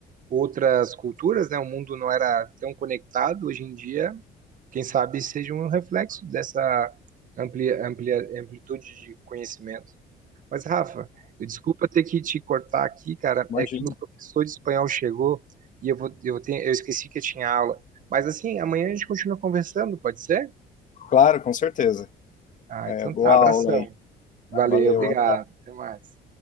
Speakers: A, on the right (about 50°); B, on the left (about 50°).
A: outras culturas, né? O mundo não era tão conectado hoje em dia. Quem sabe seja um reflexo dessa amplia, amplia, amplitude de conhecimento. Mas, Rafa, eu desculpa ter que te cortar aqui, cara.
B: Imagino.
A: É que meu professor de espanhol chegou e eu vou, eu tenho, eu esqueci que eu tinha aula. Mas assim, amanhã a gente continua conversando, pode ser?
B: Claro, com certeza.
A: Ah,
B: É,
A: então
B: boa
A: tá, abração.
B: aula aí.
A: Valeu,
B: Valeu.
A: obrigado. Até mais.